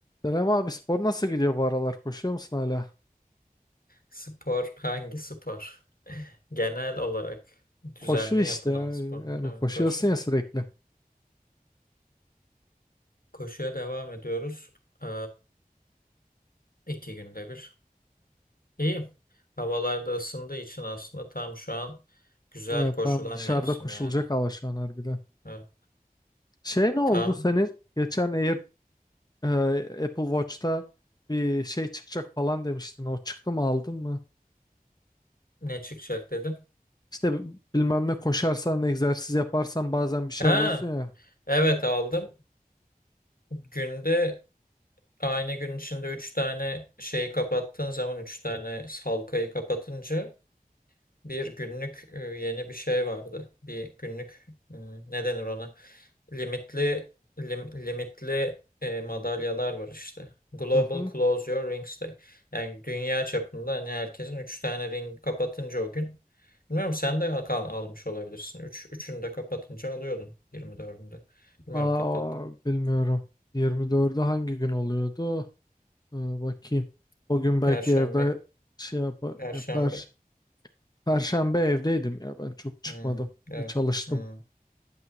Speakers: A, on the left; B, on the left.
A: Selam abi spor nasıl gidiyor bu aralar? Koşuyor musun hala?
B: Spor hangi spor? Genel olarak düzenli
A: Koşu işte
B: yapılan
A: ya.
B: spor mu?
A: Yani
B: Evet,
A: koşuyorsun
B: koşu.
A: ya sürekli.
B: Koşuya devam ediyoruz. Ee, iki günde bir. İyi. Havalar da ısındığı için aslında tam şu an güzel
A: Evet,
B: koşulan
A: tam dışarıda
B: mevsim
A: koşulacak
B: yani.
A: hava şu an harbiden.
B: Evet.
A: Şey ne oldu
B: Tam
A: senin? Geçen Air, e, Apple Watch'ta bir şey çıkacak falan demiştin. O çıktı mı aldın mı?
B: ne çıkacak dedim.
A: İşte bi- bilmem ne koşarsan, egzersiz yaparsan bazen bir şey
B: Ha,
A: alıyorsun ya.
B: evet aldım. Günde aynı gün içinde üç tane şeyi kapattığın zaman üç tane halkayı kapatınca bir günlük e, yeni bir şey vardı. Bir günlük hmm, ne denir ona? Limitli lim- limitli e, madalyalar var işte. Global
A: Hı hı.
B: Close Your Rings Day. Yani dünya çapında hani herkesin 3 tane ring kapatınca o gün. Bilmiyorum sen de al almış olabilirsin. üç, üçünü de kapatınca alıyordun 24'ünde. Bilmiyorum
A: Aa,
B: kapat.
A: bilmiyorum. 24'ü hangi gün oluyordu? Ee, bakayım. O
B: <clears throat>
A: gün
B: Perşembe.
A: belki evde şey yap
B: Perşembe.
A: yapar. Perşembe evdeydim ya ben çok çıkmadım.
B: Hmm, evet.
A: Çalıştım.
B: Hmm.